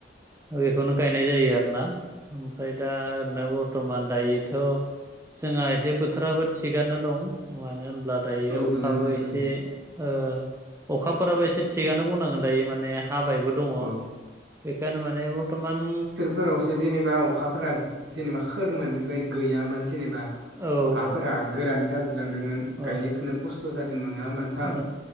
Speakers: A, on the right (about 15°); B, on the right (about 85°).
A: बेखौनो गायनाय जायो आरो ना ओमफ्राय दा ओरैनो बरथमान दायोथ' जोंहा एसे बोथोराबो थिगानो दं मानो होनब्ला दायो
B: औ
A: अखाबो
B: दोङो नोंथां
A: एसे
B: दोङो
A: ओ अखाफोराबो एसे थिगानो बुंनांगोन दायो माने हाबायबो दङ
B: औ
A: बेखायने माने बरथमान
B: फोरावसो जेनेबा अखाफोरा जेनेबा सोरमोन बेफोर गैयामोन। जेनेबा
A: औ
B: हाफोरा
A: औ
B: गोरान जालोबलांदोंमोन
A: औ
B: गायनाय-फुनाय खस्थ' जादोंमोन नाङा ओमबा थां
A: औ